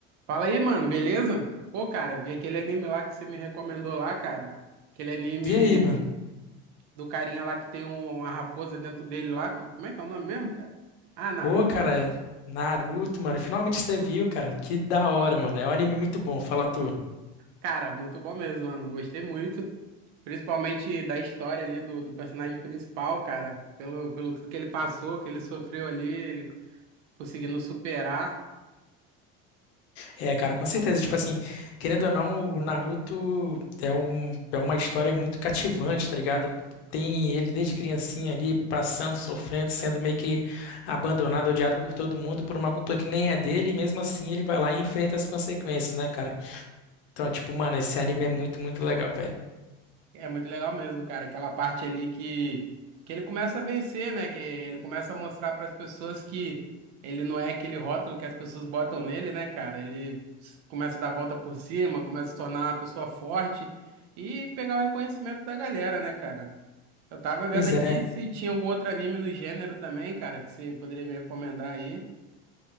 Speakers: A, on the right (about 65°); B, on the left (about 85°).
A: Fala aí, mano, beleza? Pô, cara, vi aquele anime lá que você me recomendou lá, cara. Aquele anime
B: E aí, mano?
A: do carinha lá que tem um- uma raposa dentro dele lá. Como é que é o nome mesmo, cara? Ah, Naruto.
B: Pô, cara, Naruto, mano, finalmente você viu, cara. Que da hora, mano. É um anime muito bom, fala tu.
A: Cara, muito bom mesmo, mano. Gostei muito. Principalmente da história ali do, do personagem principal, cara. Pelo, pelo que ele passou, que ele sofreu ali, ele conseguindo superar.
B: É, cara, com certeza. Tipo assim, querendo ou não, o Naruto é, um, é uma história muito cativante, tá ligado? Tem ele desde criancinha ali, passando, sofrendo, sendo meio que abandonado, odiado por todo mundo, por uma culpa que nem é dele, e mesmo assim ele vai lá e enfrenta as consequências, né, cara? Então, tipo, mano, esse anime é muito, muito legal, velho.
A: É muito legal mesmo, cara. Aquela parte ali que, que ele começa a vencer, né? Que ele começa a mostrar para as pessoas que ele não é aquele rótulo que as pessoas botam nele, né, cara? Ele s- começa a dar a volta por cima, começa a se tornar uma pessoa forte e pegar o reconhecimento da galera, né, cara? Eu tava vendo
B: Pois
A: aqui
B: é.
A: se tinha algum outro anime no gênero também, cara, que você poderia me recomendar aí.